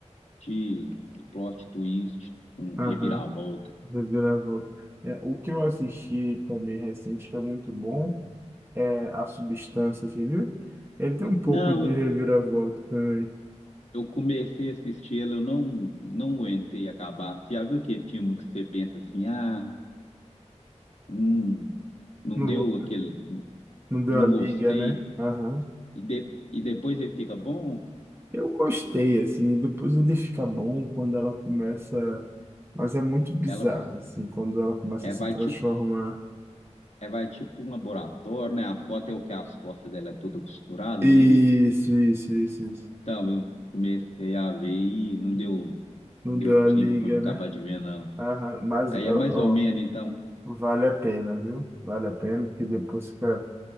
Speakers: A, on the left; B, on the right.
A: de, de plot twist, um
B: Aham,
A: reviravolta.
B: Reviravolta. É, o que eu assisti também recente, que é muito bom, é A Substância, você viu? Ele tem um pouco
A: Não,
B: de
A: eu,
B: reviravolta também.
A: eu comecei a assistir ele, eu não, não aguentei acabar. Você já viu aquele filme que você pensa assim, ah, hum, não
B: Não
A: deu
B: vou,
A: aquele,
B: não deu
A: não
B: a liga,
A: gostei,
B: né? Aham.
A: e, de, e depois ele fica bom?
B: Eu gostei, assim, depois ele fica bom quando ela começa. Mas é muito bizarro,
A: Ela
B: assim, quando ela começa
A: é,
B: a se
A: vai
B: transformar.
A: te É, vai tipo um laboratório, né? A foto é o que as costas dela é toda costurada,
B: Isso,
A: não é isso?
B: isso, isso, isso.
A: Então, eu comecei a ver e não deu,
B: Não
A: não deu
B: deu
A: clima
B: a liga,
A: para me acabar
B: né?
A: de ver, não.
B: Aham, mas,
A: Aí
B: ó,
A: é mais ou menos,
B: ó,
A: então,
B: vale a pena, viu? Vale a pena, porque depois fica